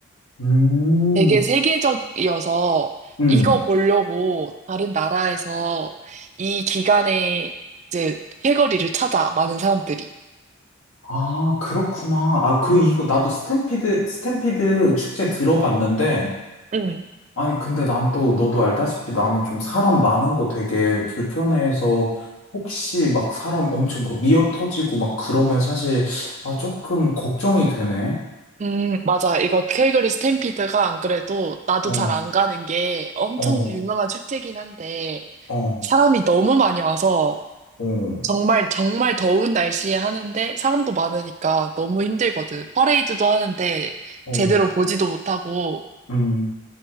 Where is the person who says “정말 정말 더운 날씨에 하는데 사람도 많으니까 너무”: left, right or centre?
Right